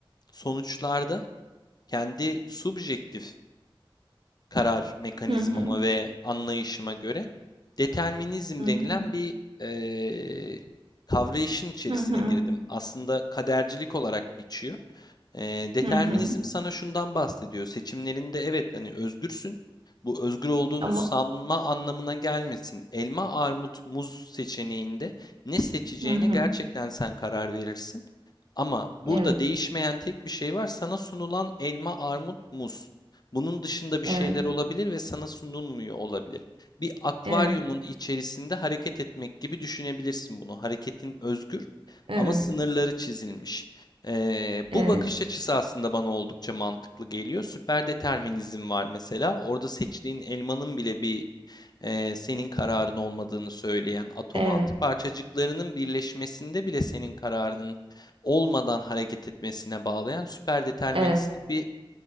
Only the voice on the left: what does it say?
sonuçlarda kendi subjektif karar mekanizmama
ve anlayışıma göre determinizm
denilen
bir eee kavrayışın içerisine
girdim. Aslında kadercilik olarak geçiyor. Eee, determinizm
sana şundan bahsediyor. Seçimlerinde evet hani özgürsün. Bu özgür olduğunu
sanma anlamına gelmesin. Elma, armut, muz seçeneğinde ne seçeceğine
gerçekten sen karar verirsin. Ama burada
değişmeyen tek bir şey var. Sana sunulan elma, armut, muz. Bunun dışında bir
şeyler olabilir ve sana sunulmuyor olabilir. Bir akvaryumun
içerisinde hareket etmek gibi düşünebilirsin bunu. Hareketin özgür
ama sınırları
çizilmiş. Ee,
bu bakış açısı aslında bana oldukça mantıklı geliyor. Süper determinizm var mesela. Orada seçtiğin elmanın bile bir e, senin kararın olmadığını söyleyen, atom
altı parçacıklarının birleşmesinde bile senin kararının olmadan hareket etmesine bağlayan süper deterministik
bir